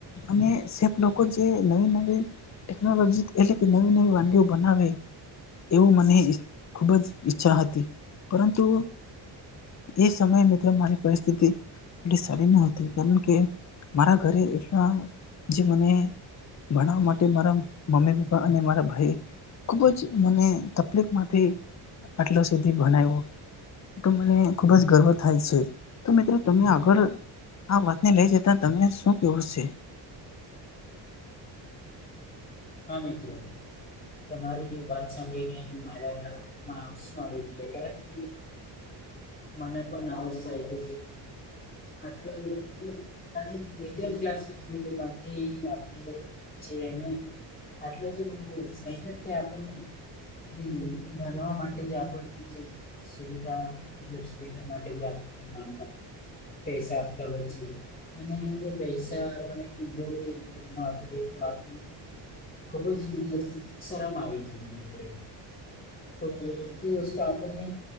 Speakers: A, on the left; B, on the left.
A: અને શેફ લોકો જે નવી નવી ટેકનોલોજીથી એટલે કે નવી નવી વાનગીઓ બનાવે એવું મને ખૂબ જ ઈચ્છા હતી. પરંતુ એ સમયે મિત્ર મારી પરિસ્થિતિ એટલી સારી ન હતી કારણ કે મારા ઘરે એટલા જે મને ભણવા માટે મારા મમ્મી-પપ્પા અને મારા ભાઈ ખૂબ જ મને તકલીફમાંથી આટલા સુધી ભણાયવુ. તો મને ખૂબ જ ગર્વ થાય છે. તો મિત્રો તમે આગળ આ વાતને લઈ જતા તમને શું કહેવું છે?
B: હા મિત્ર, તમારી વાત સાંભળીને મારા મા આંસુ આવી ગિયા. કારણ કે મને પણ આવું જ થાય કે <inaudible> જે નહીં એટલે જે <unintelligible> વાપરવા માટે આપણને જે સુવિધા સુવિધા માટે આપને કામ લાગે. પૈસા આપતા હોય છે. અને જે પૈસા આપણે યોગ્ય રીતે ન વાપરીએ તો આપણે ખૂબ જ મને શરમ આવે છે મિત્ર. તો <unintelligible> વસ્તુ આપણને